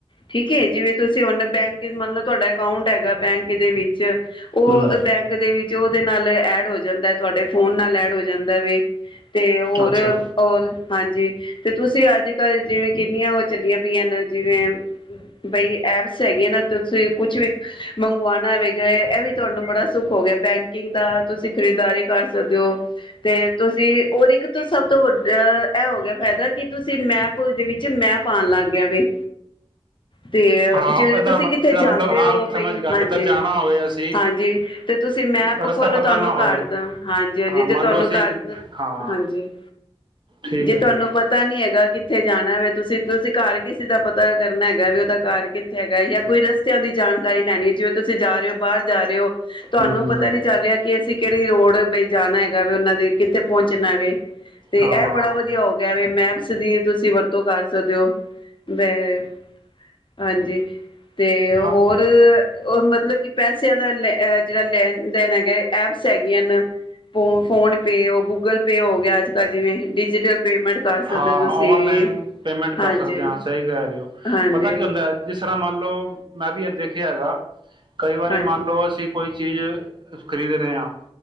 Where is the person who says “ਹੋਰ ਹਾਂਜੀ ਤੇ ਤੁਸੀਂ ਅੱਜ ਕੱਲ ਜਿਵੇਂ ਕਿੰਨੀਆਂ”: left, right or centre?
Left